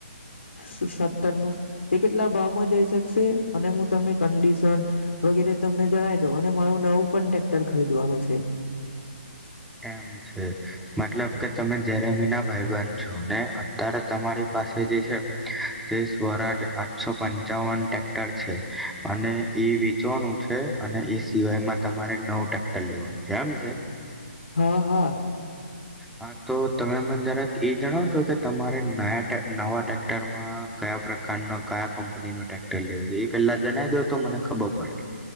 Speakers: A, on the left; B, in the centre.
A: એકસો સત્તર નું તે કેટલા ભાવમાં જઈ શકશે અને હું તમને કંડીશન વગેરે તમને જણાય જો અને મારું નવું પણ ટ્રેક્ટર ખરીદવાનું છે.
B: એમ છે મતલબ કે તમે જેરેમીના ભાઈબધ છો ને અત્યારે તમારી પાસે જે છે તે સૌરાજ આઠસો પંચાવન ટ્રેક્ટર છે અને એ વેચવાનું છે અને એ સિવાયમાં તમારે નવુ ટ્રેક્ટર લેવાનું છે એમ છે.
A: હા હા
B: હા તો તમે મને જરાક એ જણાવશો કે તમારે નયા નવા ટ્રેક્ટરમાં કયા પ્રકારનો કયા કંપનીનો ટ્રેક્ટર લેવું છે એ પેલા જણાય દો તો મને ખબર પડે